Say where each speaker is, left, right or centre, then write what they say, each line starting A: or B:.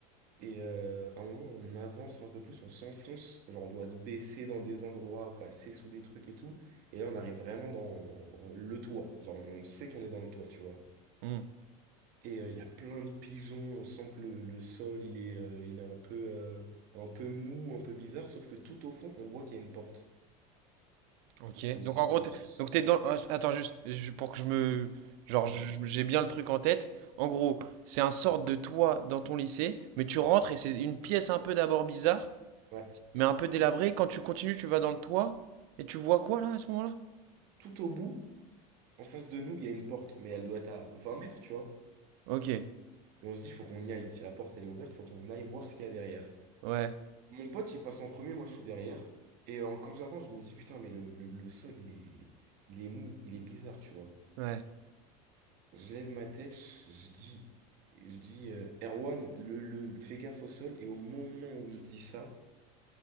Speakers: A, on the right; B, on the right.
A: Et euh, à un moment, on avance un peu plus, on s'enfonce, genre on doit se baisser dans des endroits, passer sous des trucs et tout. Et là, on arrive vraiment dans le toit. Genre, on sait qu'on est dans le toit, tu vois.
B: Hmm.
A: Et euh, il y a plein de pigeons, on sent que le, le sol, il est, euh, il est un peu, euh, un peu mou, un peu bizarre, sauf que tout au fond, on voit qu'il y a une porte.
B: Ok.
A: On
B: Donc
A: se dit,
B: en gros,
A: ouais,
B: t'es-
A: pss,
B: donc t'es dans. ah, Attends juste je- pour que je me genre
A: ouais.
B: je- j'ai bien le truc en tête. En gros, c'est un sorte de toit dans ton lycée, mais tu rentres et c'est une pièce un peu d'abord bizarre.
A: ouais.
B: Mais un peu délabré, quand tu continues, tu vas dans le toit, et tu vois quoi là à ce moment-là?
A: Tout au bout, en face de nous, il y a une porte, mais elle doit être à 20 mètres, tu vois.
B: Ok,
A: Et on se dit, faut qu'on y aille. Si la porte, elle est ouverte, faut qu'on aille voir ce qu'il y a derrière.
B: ouais,
A: Mon pote, il passe en premier, moi je suis derrière. Et euh, quand j'avance, je me dis, putain, mais le, le, le sol, il est, il est mou, il est bizarre, tu vois.
B: ouais.
A: Je lève ma tête, je je dis, je dis, euh, Erwan, le, le, le- fais gaffe au sol. Et au moment où je dis ça,